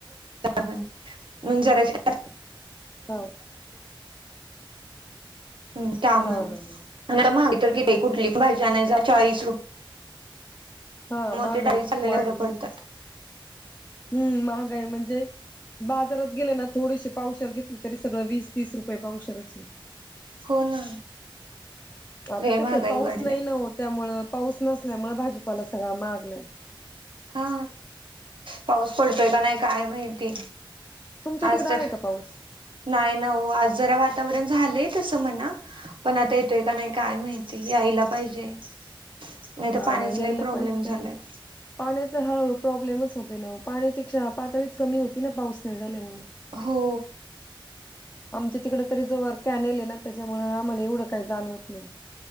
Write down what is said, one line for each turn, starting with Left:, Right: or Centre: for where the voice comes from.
Right: म्हणुन जराशी --
Left: हा
Right: <inaudible> म त्यामुळं
Left: हा हा हा
Right: आता महाग किती, कुठली पण भाजी आणाय जा चाळीस रुप
Left: हा, महागाई
Right: ते डाळी चाललेल्या
Left: खूप वाढली
Right: बऱ्या पडतात.
Left: आहे. हम महागाई म्हणजे बाजारात गेले ना थोडीशी पावशेर घेतली, तरी सगळं वीस तीस रुपये पावशेर हाय.
Right: हो ना
Left: आता
Right: लय
Left: कसं
Right: महागाई
Left: आहे, पाऊस
Right: वाढल्या
Left: नाही ना ओ, त्यामुळं पाऊस नसल्यामुळे भाजीपाला सगळा महागलाय.
Right: हा, पाऊस पडतोय का नाही काय माहिती?
Left: तुमच्या
Right: आज
Left: तिकडं
Right: तर
Left: आहे का पाऊस?
Right: नाही ना हो, आज जरा वातावरण झालंय तसं म्हणा पण आता येतोय का नाही काय माहिती? यायला पाहिजे. नाही
Left: हा
Right: तर पाण्याचा
Left: ना, यायला
Right: लय प्रॉब्लेम
Left: पाहिजे पण
Right: झालाय
Left: पाण्याच हळूहळू प्रॉब्लेमच होतयं ना, पाण्याची क्ष- पातळीच कमी होती ना पाऊस नाही झाल्या मुळे.
Right: हो.
Left: आमच्या तिकडं तरी जवळ कॅन यायले ना, त्याच्यामुळं आम्हाला एवढं काही जाणवत नाही.